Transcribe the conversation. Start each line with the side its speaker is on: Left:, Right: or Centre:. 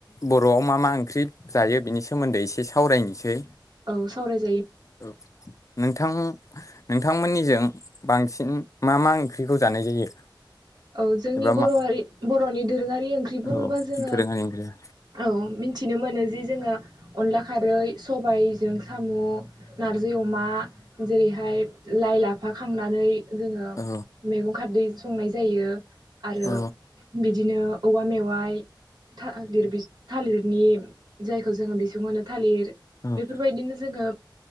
Left: बर'आव मा मा ओंख्रि जायो बेनि सोमोन्दै एसे सावरायनोसै।
Right: औ सावराय
Left: औ नोंथां नोंथांमोननिजों बांसिन मा मा ओंख्रिखौ जानाय जायो?
Right: औ जोंनि
Left: एबा
Right: बर'
Left: मा
Right: हारि बर'नि दोरोङारि ओंख्रि बुङोबा
Left: औ
Right: जोङो।
Left: दोरोङारि ओंख्रिया
Right: औ मिथिनो मोनो जे जोङो अनला खारै सबायजों सा मु नारजि अमा जेरैहाय लाइ लाफा खांनानै। जोङो
Left: औ
Right: मैगं खारदै संनाय। जायो आरो
Left: औ
Right: बिदिनो औवा मेवाइ। था-लिर-बि-थालिरनि जायखौ जोङो बिसुंनो थालिर
Left: औ
Right: बेफोरबायदिनो जोङो